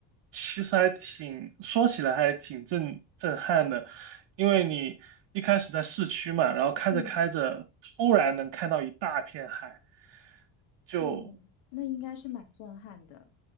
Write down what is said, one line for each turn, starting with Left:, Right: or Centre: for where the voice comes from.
Right: 其实还挺，说起来还挺震震撼的，因为你一开始在市区嘛，然后开着开着，
Left: 嗯，
Right: 突然能看到一大片海，就。
Left: 哦，那应该是蛮震撼的，